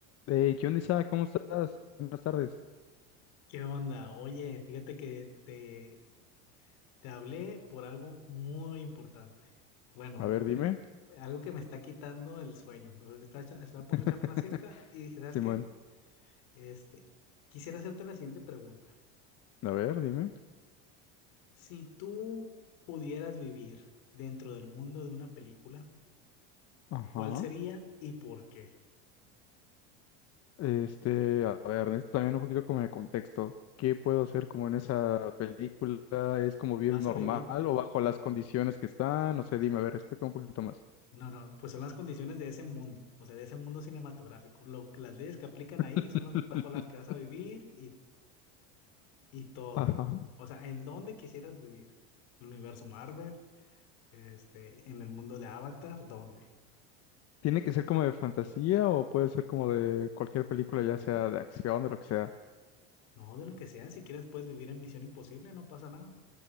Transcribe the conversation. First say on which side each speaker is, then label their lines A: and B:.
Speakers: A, on the left; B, on the left.
A: Hey, ¿qué onda, Isaac? ¿Cómo estás? Buenas tardes.
B: ¿Qué onda? Oye, fíjate que te, te hablé por algo muy importante. Bueno,
A: A ver, dime.
B: algo que me está quitando el sueño. O sea, Estaba, echa- estaba a punto
A: <laughs>
B: de echarme una siesta y dije, ¿sabes
A: Simón,
B: qué? Este, quisiera hacerte la siguiente pregunta.
A: a ver, dime.
B: Si tú pudieras vivir dentro del mundo de una película,
A: Ajá.
B: ¿cuál sería y por qué?
A: Este, a ver, necesito también un poquito como de contexto. ¿Qué puedo hacer como en esa película? ¿Es como vivir
B: ¿Vas
A: normal
B: a vivir?
A: o bajo las condiciones que están? No sé, dime, a ver, explica un poquito más.
B: No, no, pues son las condiciones de ese mundo, o sea, de ese mundo cinematográfico. Lo- las leyes que aplican ahí
A: <laughs>
B: son las bajo las que vas a vivir y y todo.
A: Ajá.
B: O sea, ¿en dónde quisieras vivir? ¿El universo Marvel? Este, ¿en el mundo de Avatar? ¿Dónde?
A: ¿Tiene que ser como de fantasía o puede ser como de cualquier película, ya
B: No,
A: sea de acción, de lo que sea?
B: no, de lo que sea. Si quieres, puedes vivir en Misión Imposible, no pasa nada.